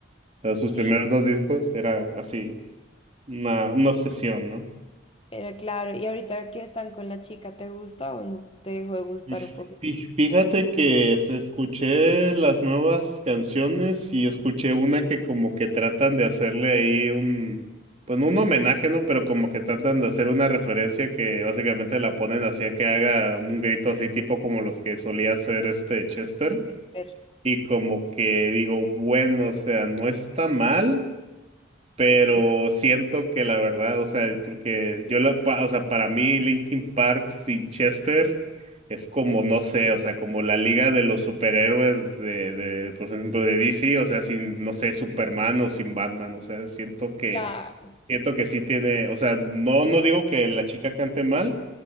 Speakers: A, on the right (about 35°); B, on the left (about 30°).
A: sea, sus
B: sí,
A: primeros dos discos era así, una, una obsesión, ¿no?
B: era claro. Y ahorita que están con la chica, ¿te gusta o no te dejó de gustar
A: Y
B: un poquito?
A: fí- Fíjate que se- escuché las nuevas canciones y escuché una que como que tratan de hacerle ahí un, pues no un homenaje, ¿no? Pero como que tratan de hacer una referencia que básicamente la ponen así a que haga un grito así tipo como los que solía hacer este Chester.
B: Puede ser.
A: Y como que digo, bueno, o sea, no está mal pero
B: Sí,
A: siento que la verdad, o sea, porque yo la, pa- o sea, para mí Linkin Park sin Chester es como, no sé, o sea, como la liga de los superhéroes de, de, por ejemplo, de DC, o sea, sin, no sé, Superman o sin Batman, o sea, siento que,
B: claro.
A: siento que sí tiene, o sea, no, no digo que la chica cante mal,